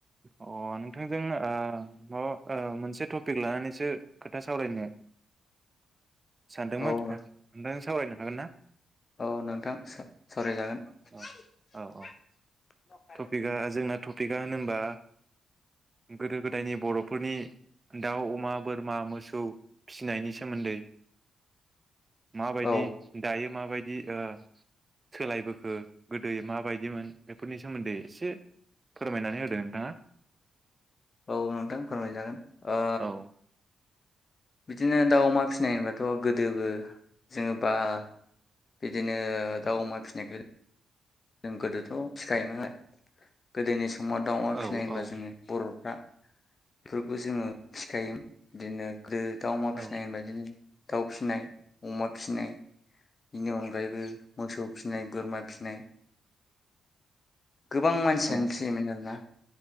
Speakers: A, on the right (about 25°); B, on the left (about 40°).
A: अ नोंथांजों ओ माबा ओ मोनसे टपिक लानानैसो खोथा सावरायनो सानदोंमोन
B: औ
A: <unintelligible> सावरायनो हागोन ना?
B: औ नोंथां सावराय जागोन <unintelligible>
A: औ औ टपिकआ
B: <unintelligible>
A: जोंना टपिकआ होनबा गोदो गोदायनि बर'फोरनि दाउ अमा बोरमा मोसौ फिसिनायनि सोमोन्दै माबायदि
B: औ
A: दायो माबाय दि ओ सोलायबोखो गोदैयै माबायदिमोन बेफोरनि सोमोन्दै एसे फोरमायनानै होदो हा
B: औ नोंथां फोरमायजागोन ओ
A: औ
B: बिदिनो दाउ अमा फिनाय होनबाथ' गोदोबो जों बा बिदिनो दाउ अमा फिनायखो जों गोदोथ' फिखायोमोन आ गोदोनि स अमा दाउमा
A: औ
B: फिनाय होनबा
A: औ
B: जोङो बर' रा बेफोरखो जोङो फिखायोमोन इदिनो गोदो दाउ अमा
A: औ
B: फिनाय होनबा इदिनो दाउ फिनाय अमा फिनाय बिनि अनगायैबो मोसौ फिनाय बोरमा फिनाय गोबां मानसियानो
A: औ
B: फियोमोन आरोना।